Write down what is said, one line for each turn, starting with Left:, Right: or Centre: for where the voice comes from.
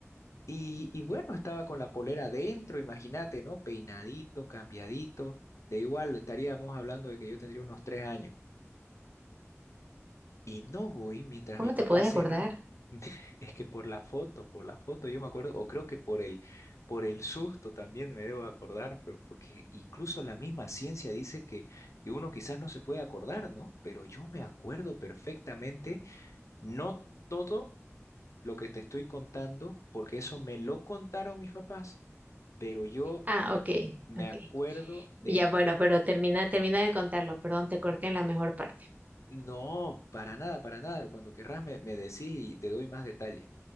Left: Y, y bueno, estaba con la polera adentro, imagínate, ¿no? Peinadito, cambiadito. De igual estaríamos hablando de que yo tendría unos tres años. Y no voy mientras
Right: cómo
Left: mis papás
Right: te puedes acordar?
Left: se iban. <laughs> Es que por la foto, por la foto, yo me acuerdo, o creo que por el, por el susto también me debo acordar, pero porque incluso la misma ciencia dice que, que uno quizás no se puede acordar, ¿no? Pero yo me acuerdo perfectamente, no todo lo que te estoy contando, porque eso me lo contaron mis papás, pero yo
Right: Ah,
Left: me
Right: ok,
Left: me
Right: ok.
Left: acuerdo del...
Right: Ya bueno, pero termina, termina de contarlo, perdón, te corté en la mejor parte.
Left: No, para nada, para nada. Cuando querrás me, me decís y te doy más detalle.